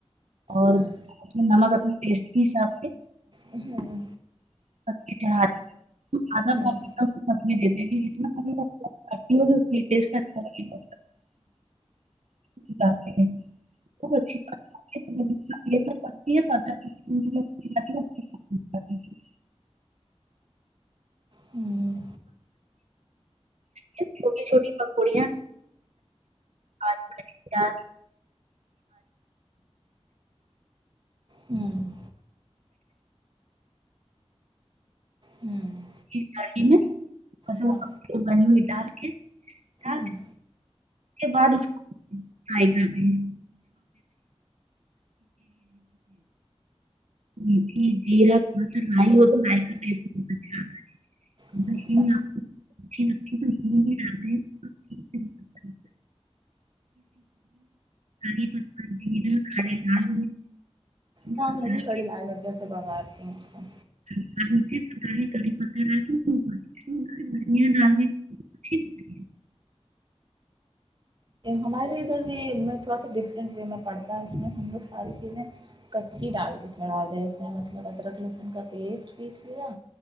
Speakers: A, on the right; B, on the right.
A: اور
B: ہوں
A: نمک اپنے ٹیسٹ کے حساب سے
B: ہوں ہوں
A: <unintelligible>
B: ہوں ہوں
A: چھوٹی چھوٹی پکوڑیاں آد دال آ
B: ہوں ہوں ہوں
A: ی میںے
B: ہاں
A: بنی ہوئی ڈال کے ڈال
B: ہوں
A: بعد اس فائی کر دیںے جی ج
B: اچھا
A: <unintelligible> کی پتر بید کھالے لال یہ
B: ہاں
A: سب
B: میں
A: ڈال
B: بھی کڑی لال مرچوں سے پگااتتی ہوں
A: تڑ پ ل <unintelligible>
B: ہمارے ادھر بھی میں تھوڑا سا ڈفرینٹ وے میں پڑھتا ہے اس میں ہم لوگ ساری چیزیں کچی ڈال کے چڑھا دی ہیں مطلب ادرک لہسن کا پیسٹ پیس لیا